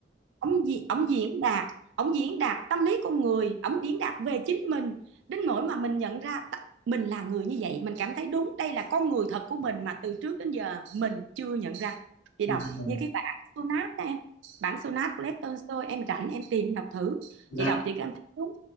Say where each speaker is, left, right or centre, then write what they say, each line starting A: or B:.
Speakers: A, on the right; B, on the left.
A: ông gì ông diễn đạt ông diễn đạt tâm lý con người ông diễn đạt về chính mình đến nỗi mà mình nhận ra t- mình là người như vậy mình cảm thấy đúng đây là con người thật của mình mà từ trước đến giờ mình chưa nhận ra chị
B: Dạ
A: đọc
B: vâng.
A: như cái bản Sonat đó em bản Sonat của Lev Tolstoy em rảnh em tìm đọc thử
B: Dạ,
A: chị đọc chị cảm thấy đúng